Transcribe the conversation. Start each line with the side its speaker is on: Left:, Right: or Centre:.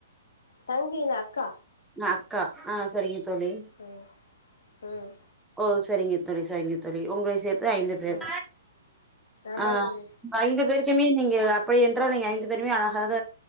Left: தம்பில அக்கா
Centre: அக்கா ஆஹ் சரிங்க தோழி
Left: ம் ம்
Centre: ஓ சரிங்க தோழி சரிங்க தோழி உங்களை சேர்த்த ஐந்து பேரு
Left: ம் ஆமா
Centre: ஆஹ்
Left: தோழி
Centre: ஐந்து பேருக்குமே நீங்க அப்படி என்றால் நீங்க ஐந்து பேருமே அழகாக